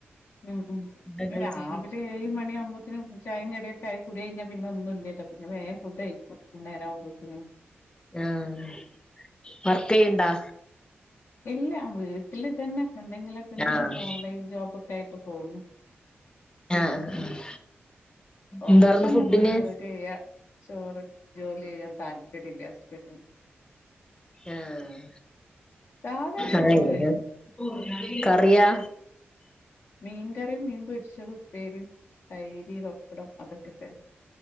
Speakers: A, on the left; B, on the left.
A: ഉം ഉം
B: ഫുഡൊക്കെ കഴിച്ചിട്ട്
A: രാവിലെ ഏഴ് മണി ആവുമ്പോത്തന് മു ചായേംകടി ചായകുടി കഴിഞ്ഞാ പിന്നെ ഒന്നും ഇല്യാല്ലൊ പിന്നെ വേഗം ഫുഡ് കഴിക്കും നേര ആവുമ്പോത്തനേ
B: ആഹ് വർക്കെയ്യൺ‌ണ്ടാ
A: ഇല്ല വീട്ടില് തന്നെ എന്തെങ്കിലൊക്കെ ഇങ്ങനെ
B: ആഹ്
A: ഒരു ഓൺലൈൻ ജോബ് ക്കായ്ട്ട് പോകുന്നു
B: ആഹ് ആഹ്
A: പൊറത്തൊന്നും
B: എന്താർന്നു ഫുഡിന്
A: പോയി ജോലി ചെയ്യാ ചോറിങ് ജോലി ചെയ്യാൻ താല്പര്യല്ല ഹസ്ബൻ്റിന്
B: ആഹ്
A: സാധാ ചോറ്
B: ആഹ് <unintelligible> കറിയാ
A: മീൻ കറിയും മീൻ പൊരിച്ചത് ഉപ്പേരിയും തൈര് പപ്പടം അതൊക്കെ തന്നെ